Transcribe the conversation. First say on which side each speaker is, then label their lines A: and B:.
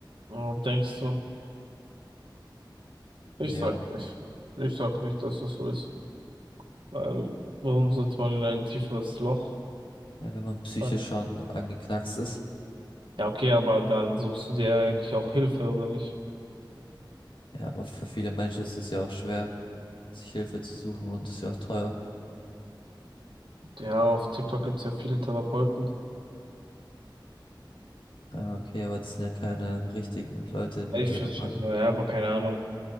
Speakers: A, on the right; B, on the left.
A: Ja, Denkst du? Ich
B: Ja,
A: sag nicht. Ich sag nicht, dass das so ist. Weil, warum sollte man in ein tieferes Loch
B: ja, wenn man psychisch
A: fallen?
B: schon angeknackst ist.
A: Ja, okay, aber dann suchst du dir ja eigentlich auch Hilfe, oder nicht?
B: Ja, aber für viele Menschen ist es ja auch schwer, sich Hilfe zu suchen und ist ja auch teuer.
A: Ja, auf TikTok gibt's ja viele Therapeuten.
B: Ah, okay, aber das sind ja keine richtigen Leute, mit
A: Ich
B: denen
A: verstehe
B: man.
A: es, ja, aber keine Ahnung.